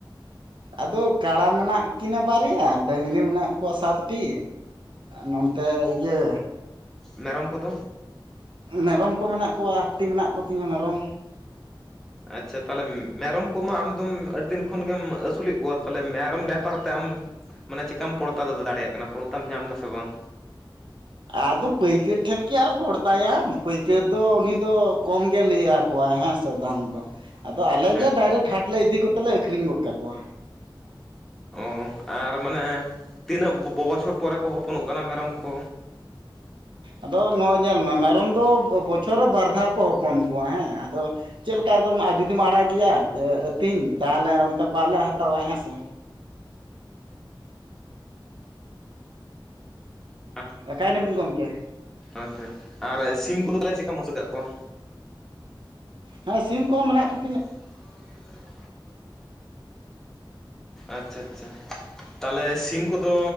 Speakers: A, on the right; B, in the centre.
A: ᱟᱫᱚ ᱠᱟᱲᱟ ᱢᱮᱱᱟᱜ ᱠᱤᱱᱟᱹ ᱵᱟᱨᱭᱟ ᱰᱟᱹᱝᱨᱤ ᱢᱮᱱᱟᱜ ᱠᱚᱣᱟ ᱥᱟᱛᱴᱤ ᱱᱚᱱᱛᱮ ᱤᱭᱟᱹ
B: ᱢᱮᱨᱚᱢ ᱠᱚᱫᱚ
A: ᱢᱮᱨᱚᱢ ᱠᱚ ᱢᱮᱱᱟᱜ ᱠᱚᱣᱟ ᱟᱴᱴᱤ ᱢᱮᱱᱟᱜ ᱠᱚᱛᱤᱧᱟᱹ ᱢᱮᱨᱚᱢ
B: ᱟᱪᱪᱷᱟ ᱛᱟᱦᱚᱞᱮ ᱢᱮᱨᱚᱢ ᱠᱚᱢᱟ ᱟᱢᱫᱚᱢ ᱟᱹᱰᱤ ᱫᱤᱱ ᱠᱷᱚᱱᱜᱮᱢ ᱟᱹᱥᱩᱞᱮᱫ ᱠᱚᱣᱟ ᱯᱟᱞᱮ ᱢᱮᱨᱚᱢ ᱵᱮᱯᱟᱨ ᱛᱮ ᱟᱢ ᱢᱟᱱᱮ ᱪᱤᱠᱟᱢ ᱯᱚᱲᱛᱟ ᱫᱟᱲᱮᱭᱟᱜ ᱠᱟᱱᱟ ᱯᱚᱲᱛᱟᱢ ᱧᱟᱢ ᱫᱟᱥᱮ ᱵᱟᱝ?
A: ᱟᱫᱚ ᱯᱟᱹᱭᱠᱟᱹᱨ ᱴᱷᱮᱱ ᱠᱤ ᱟᱨ ᱯᱚᱲᱛᱟᱭᱟᱢ ᱯᱟᱹᱭᱠᱟᱹᱨ ᱫᱚ ᱩᱱᱤ ᱫᱚ ᱠᱚᱢ ᱜᱮ ᱞᱟᱹᱭᱟ ᱠᱚᱣᱟᱭ ᱦᱮᱸ ᱥᱮ ᱫᱟᱢ ᱫᱚ ᱟᱫᱚ ᱟᱞᱮᱜᱮ
B: ᱦᱮᱸ
A: ᱰᱟᱭᱨᱮᱴ ᱦᱟᱴ ᱞᱮ ᱤᱫᱤ ᱠᱚᱛᱮ ᱞᱮ ᱟᱹᱠᱷᱨᱤᱧ ᱜᱚᱫ ᱠᱟᱠᱚᱣᱟ᱾
B: ᱚ ᱟᱨ ᱢᱟᱱᱮ ᱛᱤᱱᱟᱹᱜ ᱵᱚ ᱵᱚᱪᱷᱚᱨ ᱯᱚᱨᱮ ᱠᱚ ᱦᱚᱯᱚᱱᱚᱜ ᱠᱟᱱᱟ ᱢᱮᱨᱚᱢ ᱠᱚ?
A: ᱟᱫᱚ ᱱᱚᱜᱼᱚᱭ ᱧᱮᱞ ᱢᱮ ᱢᱮᱨᱚᱢ ᱫᱚ ᱵᱚᱪᱷᱚᱨ ᱨᱮ ᱵᱟᱨ ᱫᱷᱟᱣ ᱠᱚ ᱦᱚᱯᱚᱱ ᱠᱚᱣᱟ ᱦᱮᱸ ᱟᱫᱚ ᱪᱮᱫ ᱞᱮᱠᱟ ᱟᱫᱚᱢ ᱟᱨ ᱡᱩᱫᱤᱢ ᱟᱲᱟᱜ ᱜᱮᱭᱟ ᱟᱹᱛᱤᱧ ᱛᱟᱦᱚᱞᱮ ᱚᱱᱛᱮ ᱯᱟᱞᱮ ᱦᱟᱛᱟᱣᱟ ᱦᱮᱸ ᱥᱮ
B: <inaudible>
A: ᱮᱠᱟᱭᱱᱟᱹᱵᱤᱱ ᱜᱚᱝᱠᱮ?
B: ᱟᱪᱪᱷᱟ ᱟᱨ ᱥᱤᱢ ᱠᱚᱫᱚ ᱛᱟᱦᱚᱞᱮ ᱪᱮᱫᱠᱟᱢ ᱟᱹᱥᱩ ᱠᱟᱫ ᱠᱚᱣᱟ?
A: ᱦᱮᱸ ᱥᱤᱢ ᱠᱚᱦᱚᱸ ᱢᱮᱱᱟᱜ ᱠᱩ
B: <unintelligible> ᱟᱪᱪᱷᱟ ᱟᱪᱪᱷᱟ ᱛᱟᱦᱚᱞᱮ ᱥᱤᱢ ᱠᱚᱫᱚ